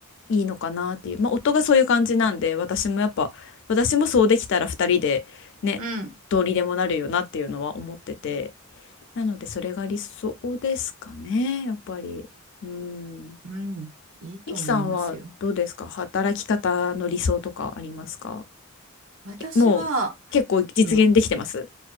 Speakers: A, on the left; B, on the right.
A: いいのかなっていう、まあ、夫がそういう感じなんで私もやっぱ私もそうできたら2人でねどうにでもなるよなっていうのは思ってて
B: うん、
A: なのでそれが理想ですかねやっぱり。うん
B: うんいいと思いますよ。
A: ミキさんはどうですか働き方の理想とかありますか
B: 私は、
A: もう結構実現できてます
B: 今、